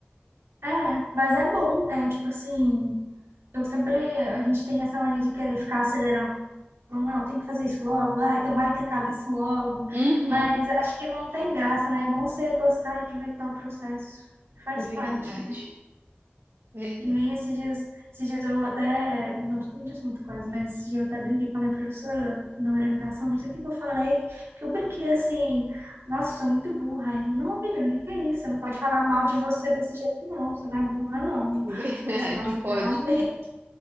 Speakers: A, on the right; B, on the right.
A: É, mas é bom, é tipo assim, eu sempre, a gente tem essa mania de querer ficar acelerando Não, não, tem que fazer isso logo. Ai, tomara que acabe isso logo.
B: Uhum.
A: Mas acho que não tem graça, né? É bom você gostar e aproveitar o processo. Faz
B: Verdade,
A: parte, né?
B: verdade,
A: Que nem esses dias, esses dias eu até, não tô mudando de assunto quase, mas esses dias eu até brinquei com a minha professora na orientação, não sei o que que eu falei, que eu brinquei assim, nossa, eu sou muito burra. Aí Ela, não, menina, o que que é isso? Você não pode falar mal de você desse jeito, não, você não é burra, não.
B: <laughs>
A: <laughs> Eu
B: verdade,
A: falei assim, nossa,
B: não pode.
A: realmente.